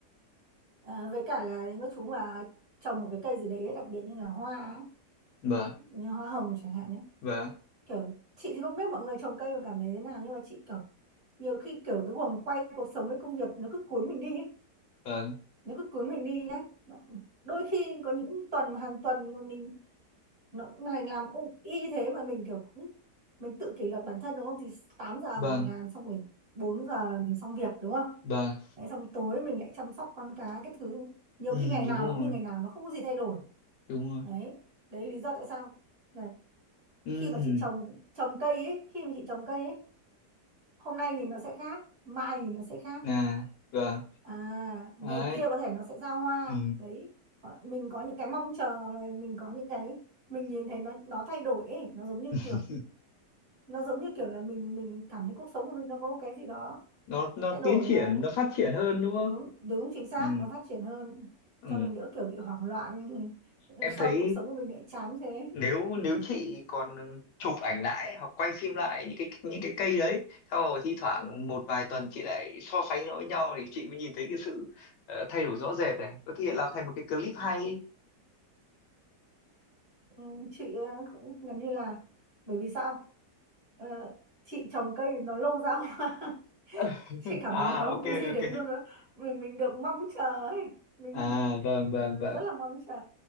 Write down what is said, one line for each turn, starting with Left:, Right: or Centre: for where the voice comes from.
Right: à, với cả là nếu mà chú mà trồng một cái cây gì đấy đặc biệt như là hoa ấy,
Left: vâng
Right: như hoa hồng chẳng hạn nhé
Left: vâng
Right: kiểu chị thì không biết mọi người trồng cây mà cảm thấy thế nào nhưng mà chị kiểu nhiều khi kiểu cái guồng quay cuộc sống với công việc nó cứ cuốn mình đi ấy.
Left: vâng
Right: nếu cứ cưới mình đi nhé. đôi khi có những tuần mà hàng tuần mà mình nó mình làm y thế mà mình kiểu cũng mình tự kỷ luật bản thân đúng không thì tám giờ
Left: vâng
Right: mình làm xong rồi 4 giờ mình xong việc đúng không
Left: vâng
Right: đấy xong tối mình lại chăm sóc con cái cái thứ nhiều
Left: ừ,
Right: khi ngày
Left: đúng
Right: nào
Left: rồi
Right: nó cũng như ngày nào nó không có gì thay đổi
Left: đúng rồi
Right: đấy đấy lý do tại sao là
Left: ừ,
Right: khi mà chị trồng trồng cây ấy khi mà chị trồng cây ấy hôm nay nhìn nó sẽ khác mai nhìn nó sẽ khác
Left: nè vâng
Right: À,
Left: đấy
Right: ngày kia có thể nó sẽ ra hoa.
Left: ừ.
Right: Đấy, họ- mình có những cái mong chờ mà mình có những cái mình nhìn thấy nó nó thay đổi ấy, nó giống như
Left: <laughs>
Right: kiểu nó giống như kiểu là mình mình cảm thấy cuộc sống của mình nó có một cái gì đó
Left: nó nó
Right: thay đổi
Left: tiến
Right: mà
Left: triển nó phát triển hơn đúng không
Right: đúng đúng chính xác
Left: ừ.
Right: nó phát triển hơn
Left: Ừ.
Right: cho mình đỡ kiểu bị hoảng loạn <laughs>
Left: em
Right: sau
Left: thấy
Right: cuộc sống của mình lại chán thế
Left: ừ nếu nếu chị còn chụp ảnh lại hoặc quay phim lại những cái những cái cây đấy sau rồi thi thoảng một vài tuần chị lại so sánh nó với nhau thì chị mới nhìn thấy cái sự ờ, thay đổi rõ rệt này có thể làm thành một cái clip hay
Right: ừ, chị ờ, cũng gần như là bởi vì sao Ờ, chị trồng cây nó lâu ra hoa <laughs>
Left: <laughs>
Right: chị cảm
Left: à
Right: thấy nó có một
Left: ok
Right: cái gì
Left: ok
Right: đấy nó, nó mình mình được mong chờ ấy mình
Left: à vâng vâng vâng
Right: rất là mong chờ